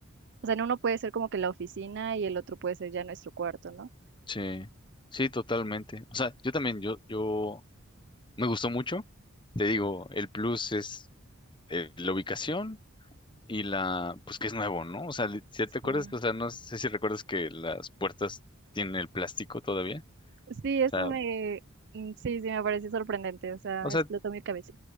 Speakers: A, on the right; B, on the left.
A: o sea, en uno puede ser como que la oficina y el otro puede ser ya nuestro cuarto, ¿no?
B: Sí, sí, totalmente. O sea, yo también, yo, yo me gustó mucho. Te digo, el plus es eh, la ubicación y la, pues que es nuevo, ¿no? O sea, li- si
A: Sí.
B: te acuerdas, o sea, no sé si recuerdas que las puertas tienen el plástico todavía.
A: Sí, eso
B: O sea,
A: me, mm, sí, sí, me parece sorprendente, o sea,
B: o sea,
A: explotó mi cabeza.